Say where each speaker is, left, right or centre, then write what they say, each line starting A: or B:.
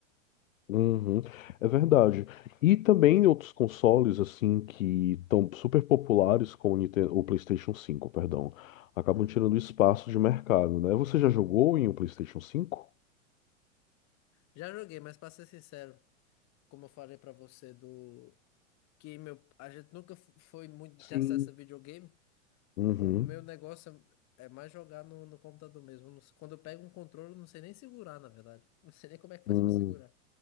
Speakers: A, on the left; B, on the left.
A: Uhum, é verdade. E também em outros consoles assim que estão super populares como o Nintendo, o PlayStation cinco, perdão, acabam
B: Hum.
A: tirando espaço de mercado, né? Você já jogou em um PlayStation cinco?
B: Já joguei, mas pra ser sincero, como eu falei pra você do que meu, a gente nunca f- foi muito de
A: Sim.
B: ter acesso a videogame.
A: Uhum.
B: O meu negócio é mais jogar no, no computador mesmo. Eu não sei- Quando eu pego um controle, eu não sei nem segurar, na verdade. <laughs> Não sei nem como é que faz
A: Hum,
B: pra segurar.